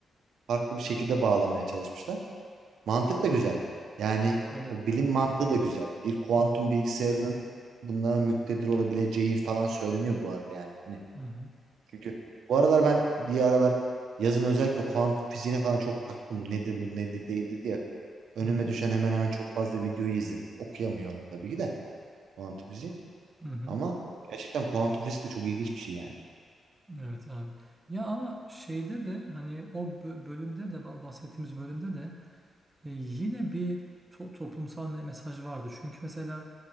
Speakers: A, on the right; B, on the right.
A: farklı bir şekilde bağlamaya çalışmışlar. Mantık da güzel. Yani
B: Tabii.
A: o bilim mantığı da güzel. Bir kuantum
B: Hı hı.
A: bilgisayarının bunlara müktedir olabileceği falan söyleniyor bu arada yani. Hani
B: Hı hı.
A: Çünkü bu aralar ben bir aralar yazın özellikle kuantum fiziğine falan çok taktım. Nedir bu nedir değildir diye. Önüme
B: Hı hı.
A: düşen hemen hemen çok fazla videoyu izledim. Okuyamıyorum tabii ki de kuantum fiziği.
B: Hı hı.
A: Ama gerçekten kuantum fizik de çok ilginç bir şey yani.
B: Evet abi. Ya ama şeyde de hani o bö- bölümde de ba- bahsettiğimiz bölümde de e, yine bir to- toplumsal me- mesaj vardı. Çünkü mesela